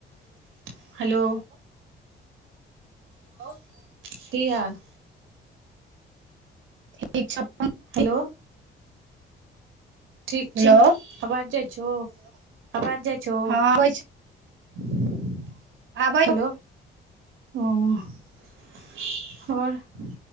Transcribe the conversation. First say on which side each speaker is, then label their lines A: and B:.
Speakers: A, on the right; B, on the right.
A: <inaudible> Hello. <inaudible> की हाल।
B: <unintelligible>
A: Hello. ठीक
B: हेलो
A: छौ आवाज जाइ छै <inaudible> आवाज जाइ छौ।
B: हँ आबै छै
A: <inaudible> <unintelligible>
B: आबै
A: हेलो।
B: छौ
A: <unintelligible>